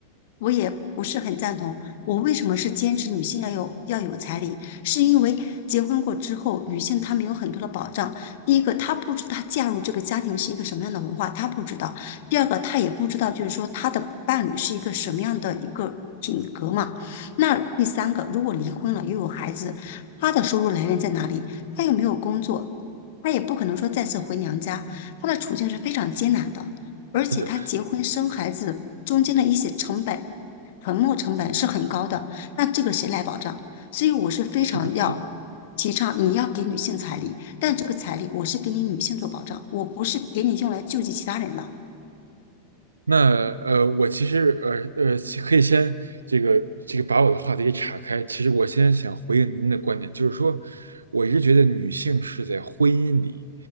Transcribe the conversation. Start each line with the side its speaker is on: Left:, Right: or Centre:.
Left: 我也不是很赞同。我为什么是坚持女性要有要有彩礼？是因为结婚过之后，女性她没有很多的保障。第一个，她不知道她嫁入这个家庭是一个什么样的文化，她不知道；第二个，她也不知道，就是说她的伴侣是一个什么样的一个品格嘛。那第三个，如果离婚了又有孩子，她的收入来源在哪里？她又没有工作，她也不可能说再次回娘家，她的处境是非常艰难的。而且她结婚生孩子中间的一些成本
Right: 是的，
Left: 传播成本是很高的，那这个谁来保障？所以我是非常要
Right: 是的，是的。
Left: 提倡，你要给女性彩礼，但这个彩礼我是给你女性做保障，我不是给你用来救济其他人的。
Right: 那呃，我其实呃呃，其可以先这个这个把我的话题给岔开。其实我先想回应您的观点，就是说，我一直觉得女性是在婚姻里，